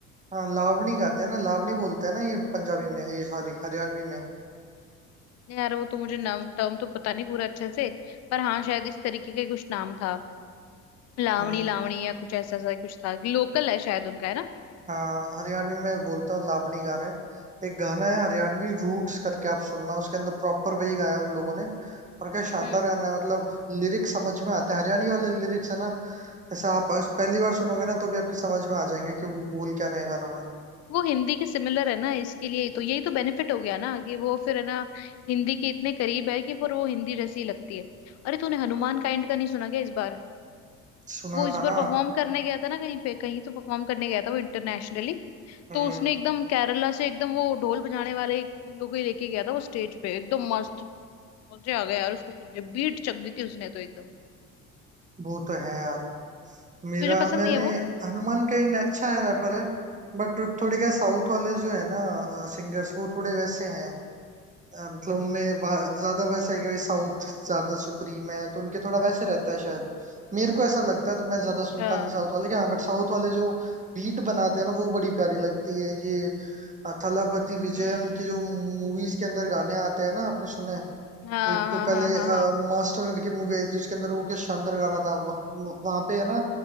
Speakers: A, on the right; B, on the left.
A: हाँ लावणी गाते हैं ना लावणी बोलते हैं ना ये पंजाबी में ये सॉरी हरियाणवी में
B: यार वो तो मुझे नाम टर्म तो पता नहीं पूरा अच्छे से पर हाँ शायद इस तरीके का ही कुछ नाम था लावणी
A: हम्म
B: लावणी या कुछ ऐसा ऐसा कुछ था लोकल है शायद उनका है ना
A: हाँ हरियाणवी में बोलते हैं लावणी गा रहे हैं एक गाना है हरियाणवी रूट्स करके आप सुनना उसके अंदर प्रॉपर वही गाया है उन लोगों ने और क्या शानदार
B: हम्म
A: गाना है मतलब लिरिक्स समझ में आते हैं हरियाणवी वाले लिरिक्स है ना जैसे आप इस- पहली बार सुनोगे ना तो भी आपके समझ में आ जाएंगे कि वो बोल क्या रहे हैं गानों में
B: वो हिंदी के सिमिलर है ना इसके लिए ही तो यही तो बेनिफिट हो गया ना कि वो फिर है ना हिंदी के इतने करीब है कि फिर वो हिंदी जैसी ही लगती है अरे तूने हनुमान काइंड का नहीं सुना क्या इस बार
A: सुना
B: वो इस
A: था
B: बार
A: ना
B: परफॉर्म करने गया था ना कहीं पे कहीं तो परफॉर्म करने गया था वो इंटरनेशनली
A: हम्म
B: तो उसने एकदम केरला से एकदम वो ढोल बजाने वाले एक लोगों को ही लेके गया था वो स्टेज पे एकदम मस्त मजे आ गए यार उसको सुन के बीट चक दी थी उसने तो एकदम
A: वो तो है यार मेरा
B: तुझे पसंद
A: मैंने
B: नहीं है वो
A: हनुमान कहीं अच्छा है रैपर है बट थोड़े क्या साउथ वाले जो है ना सिंगर्स वो थोड़े वैसे हैं अ, मतलब उनमें वा- ज्यादा वैसा है कि भाई साउथ ज्यादा सुप्रीम है तो उनके थोड़ा वैसे रहता है शायद मेरे को ऐसा लगता है तो मैं ज्यादा
B: अच्छा
A: सुनता नहीं साउथ वाले के हाँ बट साउथ वाले जो बीट बनाते हैं ना वो बड़ी प्यारी लगती है ये अ, थलापति विजय
B: हम्म
A: उनकी जो मूवीज के अंदर गाने आते हैं ना आपने सुने हैं?
B: हाँ
A: एक तो
B: हाँ
A: पहले
B: हाँ
A: अ,
B: हाँ
A: मास्टर करके मूवी आई थी उसके अंदर वो क्या शानदार गाना था वह, वहां पे है ना